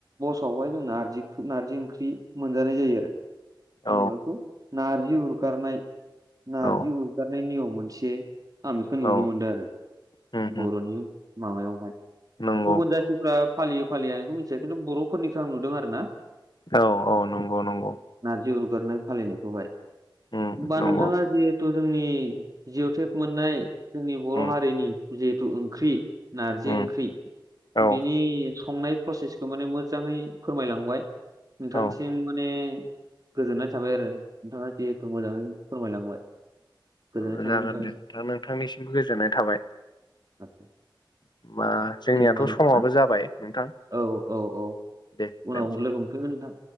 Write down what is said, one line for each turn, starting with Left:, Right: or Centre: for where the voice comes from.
Right: फासावहाय जोहा नार नारजि ओंख्रि मोनजानाय जायो आरो मा
Left: औ
Right: होना बेखौ नारजि हगारनाय नारजि
Left: औ
Right: उरगारनाय नियम मोनसे। आं बेखौ नुनो
Left: औ
Right: मोनदों आरो
Left: उम
Right: बर'नि
Left: उम
Right: माबायावहाय। गुबुन
Left: नंगौ
Right: जाथिफ्रा फालियो फालिया बेखौ मिथिया खिन्थु बर'फोरनिखौो आं नुदों आरो ना।
Left: औ औ नंगौ नंगौ।
Right: जिउ गारनाय फालिनायखौहाय
Left: उम
Right: हबा
Left: नंगौ
Right: नोंथाङा जिहेथु जोंनि जि थेक मोननाय जोंनि बर'
Left: उम
Right: हारिनि जिहेथु ओंख्रि नारजि
Left: उम
Right: ओंख्रि
Left: औ
Right: बिनि संनाय प्रसेसखौ माने मोजाङै फोरमायलांबाय नोंथांसिम
Left: औ
Right: माने गोजोननाय थाबाय आरो नोंथाङा जिहेथु मोजाङै फोरमायलांबाय। गोजोननाय
Left: औ
Right: थाबाय
Left: जागोन
Right: नोंथांनिसिम
Left: दे नथां नोंथांनिसिमबो गोजोननाय थाबाय।
Right: दे
Left: होमबा जोंनियाथ'
Right: होनबा नोंथाङा
Left: समाबो जाबाय नोंथां
Right: औ औ औ।
Left: दे
Right: उनाव
Left: दोनसै
Right: लोगो ह मोनमफैगोनदां।